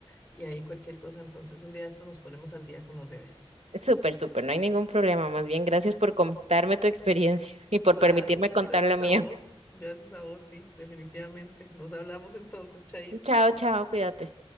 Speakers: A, on the left; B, on the right.
A: y ahí cualquier cosa, entonces un día de estos nos ponemos al día con los bebés.
B: Súper, súper, no hay ningún problema. Más bien, gracias por contarme tu experiencia <laughs> y por
A: Claro,
B: permitirme contar
A: gracias
B: la mía.
A: a vos, gracias a vos, sí, definitivamente. Nos hablamos entonces, Chaito.
B: Chao, chao, cuídate.